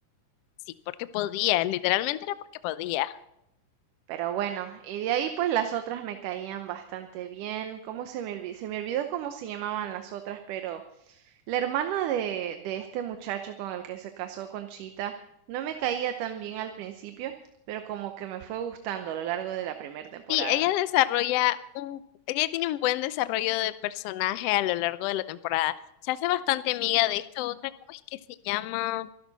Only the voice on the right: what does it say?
Pero bueno, y de ahí pues las otras me caían bastante bien. ¿Cómo se me olvidó? Se me olvidó cómo se llamaban las otras, pero la hermana de, de este muchacho con el que se casó Conchita no me caía tan bien al principio, pero como que me fue gustando a lo largo de la primera temporada.